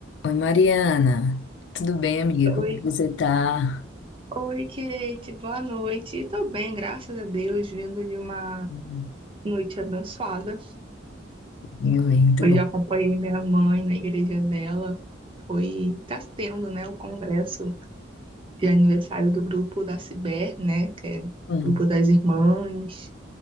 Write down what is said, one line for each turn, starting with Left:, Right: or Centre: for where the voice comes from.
Left: Oi, Mariana. Tudo bem, amiga?
Right: Oi,
Left: Como é que você tá?
Right: oi, Kate, boa noite. Tô bem, graças a Deus, vindo de uma
Left: Hum,
Right: noite abençoada.
Left: Eu bem, muito
Right: Hoje
Left: bom.
Right: eu acompanhei minha mãe na igreja dela. Foi, tá tendo, né, o congresso de aniversário do grupo da Ciber, né, que é o
Left: Hum.
Right: grupo das irmãs.